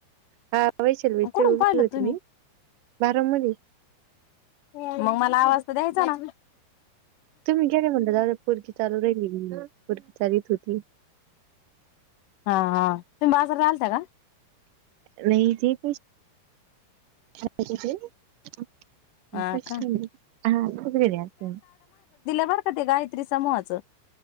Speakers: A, on the right; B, on the left.
A: हा. वैशाली उभी
B: कुठून पाहिलत
A: होती
B: तुम्ही?
A: मी बारामध्ये
B: मंग मला आवाज द्यायचा ना.
A: तुम्ही गेले म्हणता पोरगी चालू राहिली मग पोरगी चालीत होती.
B: हा, हा. तुम्ही बाजार आलत्या का?
A: <unintelligible> <unintelligible>
B: हा का बर का ते गायत्री समूहाच